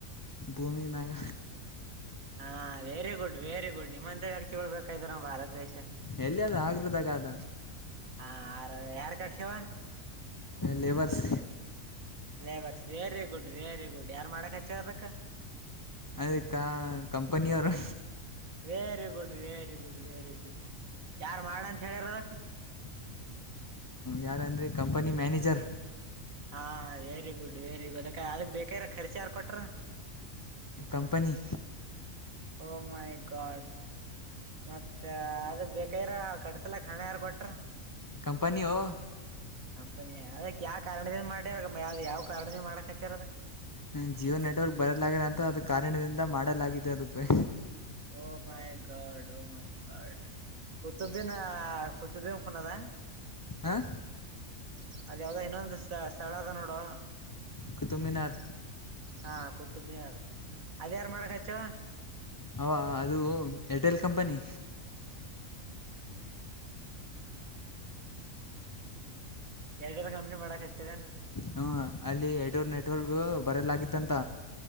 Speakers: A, on the left (about 20°); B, on the right (about 75°).
A: ಭೂಮಿ ಮ್ಯಾಗ
B: ಹಾ ವೆರಿ ಗುಡ್ ವೆರಿ ಗುಡ್ ನಿಮ್ಮಂತ ವ್ಯಕ್ತಿಗಳು ಬೇಕಾಗಿರೋದು ನಮ್ಮ ಭಾರತ ದೇಶಕ್ಕ್
A: ಎಲ್ಲಿ ಅದು ಆಗ್ರದಾಗ ಅದ.
B: ಹಾ ಆರ ಯಾರ್ ಕಟ್ಸಿವ
A: labourers
B: labourers very good very good ಯಾರ್ ಮಾಡಕ್ ಹಚ್ಚದಕ್ಕ.
A: ಅದಕ ಕಂಪನಿಯರು.
B: Very good, very good, very good ಯಾರ್ ಮಾಡಂತ ಹೇಳಿರ ಅದಕ
A: ಯಾರಂದ್ರರೆ ಕಂಪನಿ ಮ್ಯಾನೇಜರ್
B: ಹಾ, ವೆರಿ ಗುಡ್, ವೆರಿ ಗಡ್ ಅದ ಅದಕ್ ಬೇಕಾಗಿರೊ ಖರ್ಚ ಯಾರು ಕೊಟ್ರ
A: ಕಂಪನಿ
B: ಓಮೈ ಗಾಡ್ ಮತ್ತ ಅದು ಬೇಕ ಅ ಕಡ್ಸಲಕ್ ಹಣ ಯಾರ ಕೊಟ್ರ?
A: ಕಂಪನಿಯೋ-
B: ಕಂಪನಿ ಅದಕ್ ಯಾವ ಕಾರಣದ ಮಾಡ್ಯಾರ ಯಾವ್ದ ಯಾವ ಕಾ <unintelligible> ದ ಮಾಡಕ್ ಹಚ್ಚಾರ ಅದ
A: ಹಾ, ಜಿಯೋ ನೆಟ್ವರ್ಕ್ ಬರಲಾಗದಂತ ಅದಕ ಕಾರಣದಿಂದ ಮಾಡಲಾಗಿದೆ ಅದಕ್ಕೆ.
B: Oh! My God, oh my God ಕುತುಬಿನ ಕುತುಬನ್ ಕೊನದ
A: ಹಾಂ
B: <unintelligible> ಅದ ಯಾವ್ದೋ ಇನ್ನೊಂದು ಸ್ಥಳ ಅದ ನೋಡು
A: ಕುತುಬಮಿನಾರ
B: ಹಾ, ಕುತಬ ಮಿನಾರ ಅದ ಯಾರು ಮಾಡಕ್ಚ್
A: ಅವ ಅದು Airtel company
B: Airtel company ಮಾಡಕಚ್ಚದೆೇನು.
A: ಹ್ಮ, ಅಲ್ಲಿ ಎರ ಟೆಲ್ ನೆಟ್ವರ್ಕ್ ಬರಲಾಗಿತ್ತಂತ.